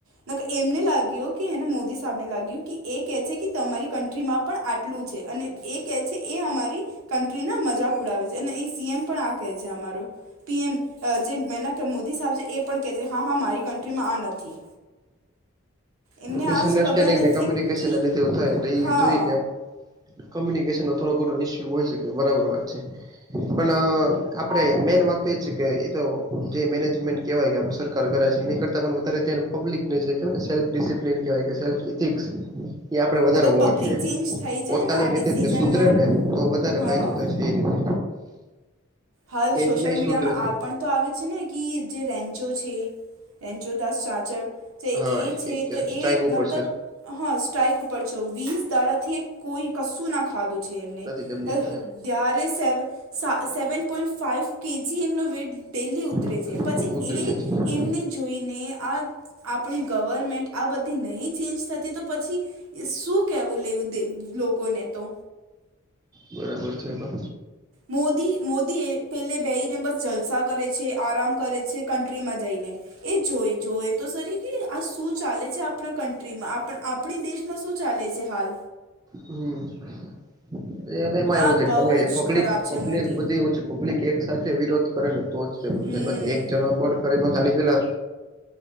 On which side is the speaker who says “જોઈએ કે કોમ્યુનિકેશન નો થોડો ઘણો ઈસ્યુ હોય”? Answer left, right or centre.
Right